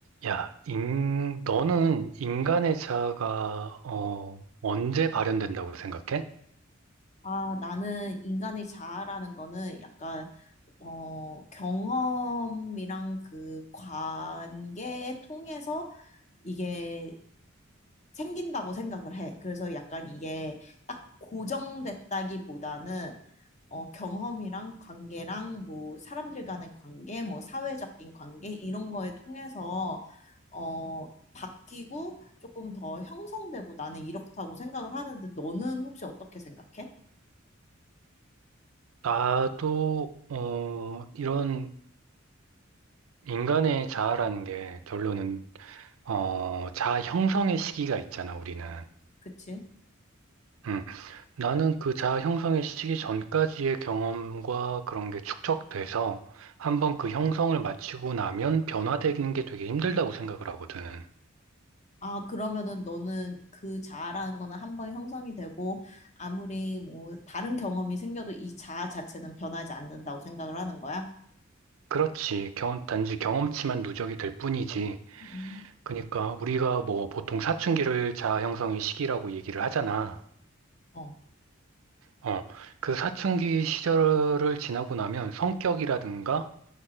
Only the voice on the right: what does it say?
야, 인, 너는 인간의 자아가, 어, 언제 발현된다고 생각해?
나도, 어, 이런 인간의 자아라는 게 결론은, 어, 자아 형성의 시기가 있잖아, 우리는.
음, 나는 그 자아 형성의 시기 전까지의 경험과 그런 게 축적돼서 한번 그 형성을 마치고 나면 변화되는 게 되게 힘들다고 생각을 하거든.
그렇지. 경, 단지 경험치만 누적이 될 뿐이지.
그러니까 우리가 뭐 보통 사춘기를 자아 형성의 시기라고 얘기를 하잖아.
어, 그 사춘기 시절을 지나고 나면 성격이라든가